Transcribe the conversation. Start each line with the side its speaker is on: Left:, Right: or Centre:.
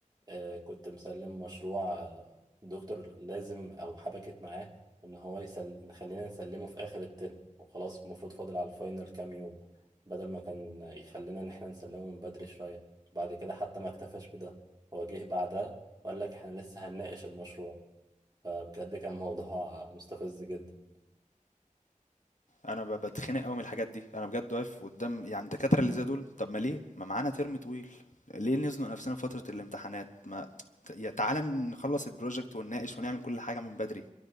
Right: آه كنت مسلم مشروع آه، دكتور لازم او حبكت معاه ان هو يسل... نخلينا نسلمه في اخر الترم وخلاص المفروض فاضل على الفاينل كام يوم بدل ما كان يخلينا ان احنا نسلمه من بدري شوية بعد كده حتى ما اكتفاش بده هو جه بعدها وقال لك احنا لسه هنناقش المشروع فبجد كان موضوع مستفز جدا
Left: أنا ب باتخنق أوي من الحاجات دي، أنا بجد واقف قدّام يعني الدكاترة اللي زي دول، طب ما ليه؟ ما معانا ترم طويل، ليه نزنق نفسنا في فترة الامتحانات؟ ما يا تعالَ نخلّص الproject ونناقش ونعمل كل حاجة من بدري،